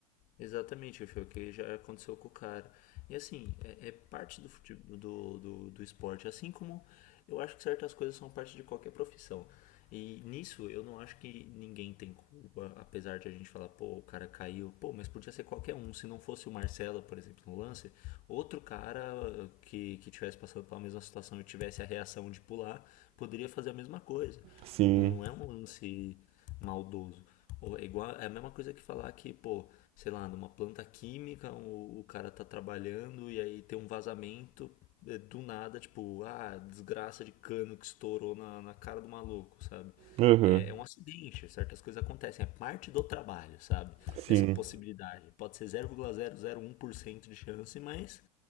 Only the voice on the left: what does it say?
Exatamente, foi o que já aconteceu com o cara. E assim, é, é parte do, fute- do, do, do esporte, assim como eu acho que certas coisas são parte de qualquer profissão. E nisso eu não acho que ninguém tem culpa, apesar de a gente falar, pô, o cara caiu, pô, mas podia ser qualquer um. Se não fosse o Marcelo, por exemplo, no lance, outro cara uh, que, que tivesse passando pela mesma situação e tivesse a reação de pular, poderia fazer a mesma coisa.
Não é um lance maldoso. Ou é igual, é a mesma coisa que falar que, pô, sei lá, numa planta química, o, o cara tá trabalhando e aí tem um vazamento é, do nada, tipo, ah, desgraça de cano que estourou na, na cara do maluco, sabe?
É, é um acidente, certas coisas acontecem, é parte do trabalho, sabe?
Essa possibilidade. Pode ser zero vírgula zero zero um por cento de chance, mas